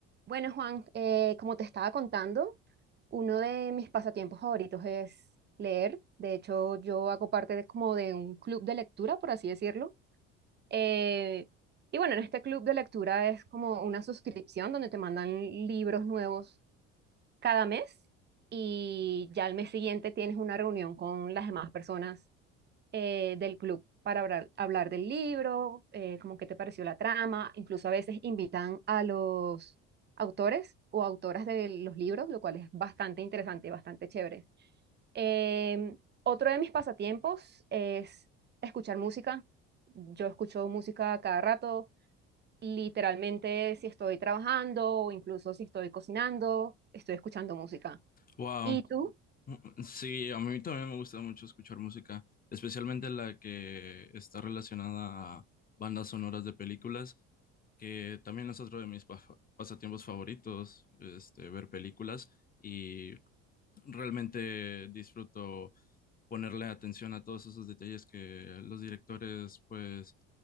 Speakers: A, on the right; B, on the left.
A: Bueno, Juan, eh, como te estaba contando, uno de mis pasatiempos favoritos es leer. De hecho, yo hago parte de como de un club de lectura, por así decirlo. Eh, y bueno, en este club de lectura es como una suscripción donde te mandan libros nuevos cada mes y ya al mes siguiente tienes una reunión con las demás personas eh, del club para hablar, hablar del libro, eh, como qué te pareció la trama, incluso a veces invitan a los autores o autoras de los libros, lo cual es bastante interesante y bastante chévere. Em, otro de mis pasatiempos es escuchar música. Yo escucho música cada rato, literalmente si estoy trabajando o incluso si estoy cocinando, estoy escuchando música.
B: Wow,
A: ¿Y tú?
B: sí, a mí también me gusta mucho escuchar música, especialmente la que está relacionada a bandas sonoras de películas, que también es otro de mis pa- pasatiempos favoritos, este, ver películas y realmente disfruto ponerle atención a todos esos detalles que los directores pues